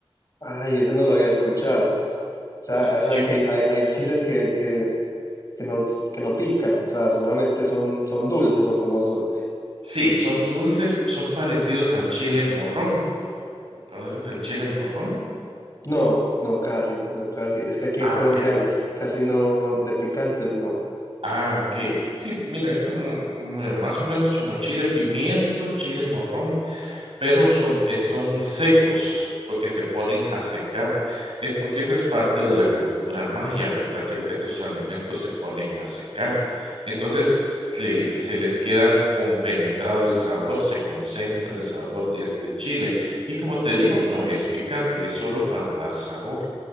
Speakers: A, on the left; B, on the right.
A: Ay, ese no lo había escuchado. O sea,
B: Sí,
A: o sea que hay, hay, hay chiles que, que, que no, que no pican, o sea, solamente son, son dulces o como son.
B: sí, son dulces, son parecidos al chile morrón. ¿Conoces el chile morrón?
A: No, no, casi, no, casi. Es que aquí
B: Ah,
A: en Colombia
B: ok. o-
A: casi no, de picantes, no.
B: ah, ok. Sí, mira, es como, mira, más o menos como chile pimiento, chile morrón, pero son, eh, son secos, porque se ponen a secar. Es porque esa es parte de la cultura maya, ¿verdad? Que la- estos alimentos se ponen a secar. Entonces se, se les queda compenetrado el sabor, se concentra el sabor de este chile. Y como te digo, no es picante, es solo para dar sabor.